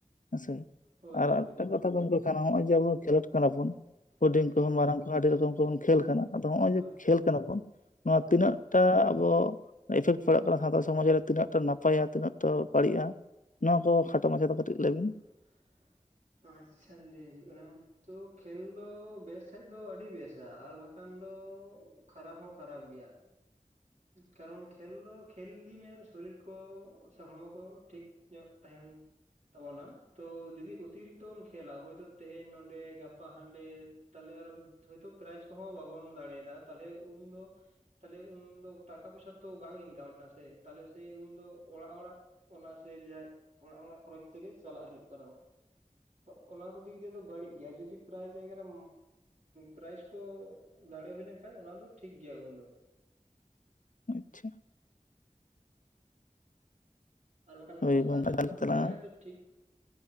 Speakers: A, on the left; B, on the right.
A: ᱦᱮᱸᱥᱮ
B: ᱦᱳᱭ
A: ᱟᱨ
B: ᱦᱳᱭ
A: ᱮᱴᱟᱜ ᱠᱟᱛᱷᱟ ᱜᱚᱢᱠᱮ ᱠᱟᱱᱟ ᱱᱚᱜ-ᱚᱭ ᱡᱮ ᱟᱵᱚ ᱠᱷᱮᱞᱳᱰ ᱠᱟᱱᱟ ᱵᱚᱱ ᱦᱩᱰᱤᱧ
B: ᱦᱳᱭ
A: ᱠᱚᱦᱚᱸ ᱢᱟᱨᱟᱝ ᱠᱚᱦᱚᱸ ᱟᱹᱰᱤ ᱨᱚᱠᱚᱢ ᱠᱚᱵᱚᱱ ᱠᱷᱮᱞ ᱠᱟᱱᱟ ᱟᱫᱚ ᱱᱚᱜ-ᱚᱭ ᱡᱮ
B: ᱦᱳᱭ
A: ᱠᱷᱮᱞ ᱠᱟᱱᱟ ᱵᱚᱱ ᱱᱚᱣᱟ ᱛᱤᱱᱟᱹᱜ
B: ᱦᱳᱭ
A: ᱴᱟᱜ ᱟᱵᱚ ᱤᱯᱷᱮᱠᱴ ᱯᱟᱲᱟᱜ ᱠᱟᱱᱟ ᱥᱟᱶᱛᱟ ᱥᱚᱢᱟᱡᱽ ᱨᱮ ᱛᱤᱱᱟᱹᱜ ᱴᱟᱜ ᱱᱟᱯᱟᱭ ᱟᱨ ᱛᱤᱱᱟᱹᱜ ᱴᱟᱜ ᱵᱟᱹᱲᱤᱡ-ᱟ ᱱᱚᱣᱟ ᱠᱚ ᱠᱷᱟᱴᱚ ᱢᱟᱪᱷᱟ ᱛᱮ ᱠᱟᱴᱤᱡ ᱞᱟ. ᱭ ᱵᱤᱱ
B: <unintelligible> ᱟᱪᱪᱷᱟ ᱞᱟᱹᱭ ᱦᱩᱭᱩᱜ-ᱟ᱾ ᱛᱚ ᱠᱷᱮᱞ ᱫᱚ ᱵᱮᱥ ᱠᱷᱟᱡ ᱫᱚ ᱟᱹᱰᱤ ᱵᱮᱥᱟ ᱟᱨ ᱵᱟᱠᱷᱟᱱ ᱫᱚ ᱠᱷᱟᱨᱟᱯ ᱦᱚᱸ ᱠᱷᱟᱨᱟᱯ ᱜᱮᱭᱟ᱾ ᱠᱟᱨᱚᱱ ᱠᱷᱮᱞ ᱫᱚ ᱠᱷᱮᱞ ᱤᱫᱤ ᱢᱮ ᱥᱚᱨᱤᱨ ᱠᱚ ᱥᱮ ᱦᱚᱲᱢᱚ ᱠᱚ ᱴᱷᱤᱠ ᱧᱚᱜ ᱛᱟᱦᱮᱱ <unintelligible> ᱛᱟᱵᱚᱱᱟ᱾ ᱛᱚ ᱡᱩᱫᱤ ᱚᱛᱤᱨᱤᱠᱛᱚ ᱵᱚᱱ ᱠᱷᱮᱹᱞᱟ ᱦᱳᱭᱛᱳ ᱛᱮᱦᱮᱧ ᱱᱚᱰᱮ ᱜᱟᱯᱟ ᱦᱟᱸᱰᱮ ᱛᱟᱦᱞᱮ ᱟᱨᱚ ᱦᱳᱭᱛᱚ ᱯᱨᱟᱭᱤᱡᱽ ᱠᱚᱦᱚᱸ ᱵᱟᱵᱚᱱ ᱫᱟᱲᱮᱭᱟᱫᱟ ᱛᱟᱦᱚᱞᱮ ᱩᱱᱫᱚ ᱛᱟᱦᱞᱮ ᱩᱱ ᱫᱚ ᱴᱟᱠᱟ ᱯᱚᱭᱥᱟ ᱛᱚ ᱵᱟᱝ ᱤᱱᱠᱟᱢ ᱞᱮᱱᱟ ᱥᱮ ᱛᱟᱦᱚᱞᱮ ᱥᱮᱭ ᱩᱱᱫᱚ ᱚᱲᱟᱜ ᱦᱚᱲᱟᱜ ᱚᱱᱟ ᱥᱮ <unintelligible> ᱚᱲᱟᱜ ᱦᱚᱲᱟᱜ ᱠᱷᱚᱨᱚᱪ ᱛᱮᱜᱮ ᱪᱟᱞᱟᱜ ᱦᱩᱭᱩᱜ <unintelligible> ᱚᱱᱟ ᱠᱚ ᱫᱤᱠ ᱫᱤᱭᱮ ᱫᱚ ᱵᱟᱹᱲᱤᱡ ᱜᱮᱭᱟ ᱡᱩᱫᱤ ᱯᱨᱟᱭ ᱡᱟᱭᱜᱟᱨ ᱨᱮ ᱯᱨᱟᱭᱤᱡᱽ ᱠᱚ ᱫᱟᱲᱮ ᱦᱩᱭ ᱞᱮᱱᱠᱷᱟᱡ ᱚᱱᱟ ᱫᱚ ᱴᱷᱤᱠ ᱜᱮᱭᱟ ᱩᱱᱫᱚ᱾
A: ᱟᱪᱪᱷᱟ᱾
B: ᱟᱨ ᱵᱟᱠᱷᱟᱱ
A: ᱦᱳᱭ
B: ᱱᱚᱜ-ᱚ ᱱᱚᱝᱠᱟ
A: ᱜᱚᱢᱠᱮ
B: ᱧᱚᱜ ᱵᱷᱟᱵ
A: ᱛᱟᱞᱟᱝᱟ
B: ᱠᱷᱮᱞ ᱞᱮᱠᱷᱟᱱ ᱫᱚ ᱴᱷᱤᱠ